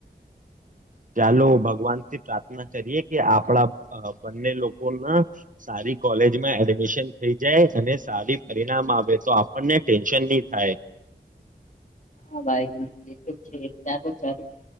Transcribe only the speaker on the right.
ચાલો ભગવાન થી પ્રાર્થના કરીએ કે આપણા બંને લોકોના સારી કોલેજમાં એડમિશન થઈ જાય અને સારી પરિણામ આવે તો આપણને ટેન્શન નહી થાય